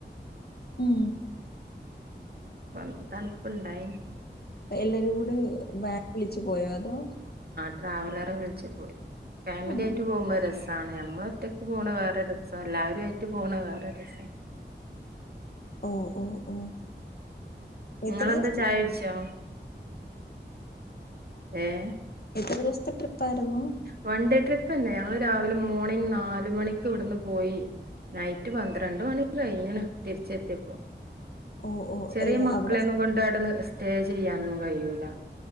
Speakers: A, on the left; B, on the right.
A: ഉം
B: കൊർഞ്ഞ തണുപ്പ്ണ്ടായിന്.
A: അഹ് എല്ലാരും കൂടെ വാൻ വിളിച്ചു പോയോ അതോ?
B: ട്രാവലറ് വിളിച്ച് പോയി. ഫാമിലിയായിട്ട്
A: ആഹ്
B: പോവുമ്പോ അത് രസാണ്. ഞമ്മ്ള് ഒറ്റക്ക് പോണ് വേറെ രസ. എല്ലാരു ആയിട്ട് പോണ് വേറെ രസ.
A: ഓഹ് ഓഹ് ഓഹ് എത്ര
B: നിങ്ങളെന്താ
A: ദിവ്സ്
B: ചായ
A: <inaudible>
B: കുടിച്ചോ ഏഹ്?
A: എത്ര ദിവ്സത്തെ ട്രിപ്പായിരുന്നു?
B: വൺ ഡേ ട്രിപ്പെന്നെ ഞങ്ങള് രാവിലെ മോർണിങ്ങ് നാല് മണിക്ക് ഇവ്ടുന്ന് പോയി. നൈറ്റ് പന്ത്രണ്ട് മണി കഴിഞ്ഞ്ണ് തിരിച്ചെത്തിയപ്പോ.
A: ഓ ഓ
B: ചെറിയ
A: ഏ
B: മക്കളേന്നു
A: അവിടെ സ്-
B: കൊണ്ട് അട്ന്ന് സ്റ്റേ ചെയ്യാനൊന്നു കയ്യൂല.